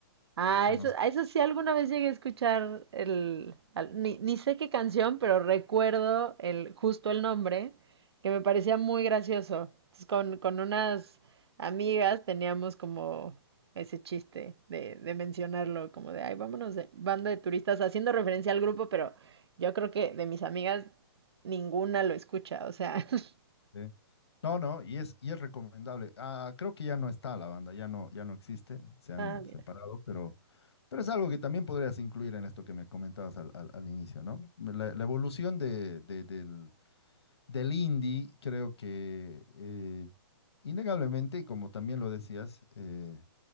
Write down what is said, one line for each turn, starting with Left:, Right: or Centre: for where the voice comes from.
Right: Ah,
Left: que
Right: eso,
Left: no
Right: a eso sí alguna vez llegué a escuchar el, al- ni, ni sé qué canción, pero recuerdo el, justo el nombre, que me parecía muy gracioso. Entonces, con, con unas amigas teníamos como ese chiste de, de mencionarlo, como de, ay, vámonos de banda de turistas, haciendo referencia al grupo, pero yo creo que de mis amigas ninguna lo escucha, o sea, <laughs>
Left: sé, No, no, y es, y es recomendable. Ah, creo que ya no está la banda, ya no, ya no existe, se han
Right: ah, mira.
Left: separado, pero, pero es algo que también podrías incluir en esto que me comentabas al, al- al inicio, ¿no? La, la evolución de, de- del, del indie, creo que eh, innegablemente, y como también lo decías, eh,